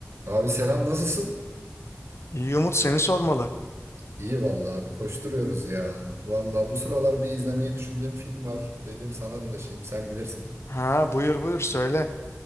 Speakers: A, on the right (about 70°); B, on the left (about 70°).
A: Abi selam nasılsın?
B: İyi Umut seni sormalı.
A: İyi vallahi abi koşturuyoruz ya. Vallahi bu sıralar bir izlemeyi düşündüğüm film var. Dedim sana danışayım sen bilirsin.
B: Ha buyur buyur söyle.